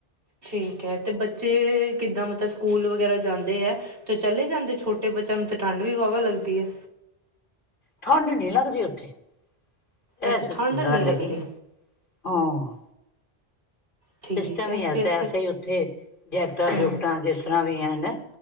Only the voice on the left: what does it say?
ਠੰਡ ਨੀ ਲੱਗਦੀ ਉੱਥੇ ਇਹ
ਤੇ
ਗੱਲ
ਹੇਗੀ ਹਾਂ।
ਸਿਸਟਮ
ਹੀ ਐਸਾ
ਐਸੇ ਹੀ ਉੱਥੇ ਜੈਕਟਾਂ,
ਜੁਕਟਾਂ ਜਿਸ ਤਰ੍ਹਾਂ ਵੀ ਹਨ।